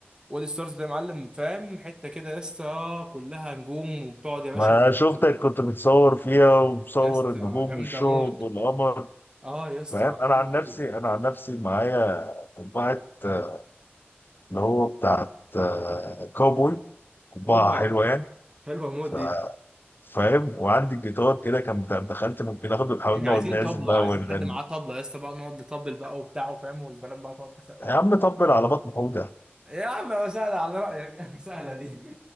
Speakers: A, on the right (about 20°); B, on the left (about 55°).
A: وادي ستارز ده يا معلم فاهم حته كده يا اسطى كلها نجوم وبتقعد يا باشا
B: ما
A: بتشوفها.
B: شفتك كنت بتصور فيها ومصور
A: يا اسطى
B: النجوم
A: جامده
B: والشهب
A: موت
B: والقمر
A: اه يا اسطى
B: فاهم انا
A: حلوه
B: عن
A: قوي
B: نفسي انا عن نفسي معايا قبعه آه، اللي هو بتاعت آه، كاوبوي قبعه
A: اوبا
B: حلوه يعني
A: حلوه موت
B: ف...
A: دي
B: فاهم وعندي الجيتار كده كان بتاع- دخلت ممكن اخده ونحاول
A: احنا
B: نقعد
A: عايزين
B: نعزف
A: طبله
B: بقى
A: عايزين
B: ونغني
A: حد معاه طبله يا اسطى بقى نقعد نطبل بقى وبتاع فاهم والبنات بقى تقعد تسقف
B: يا عم طبل على بطن حوده
A: يا عم سهله على رايك <laughs> سهله دي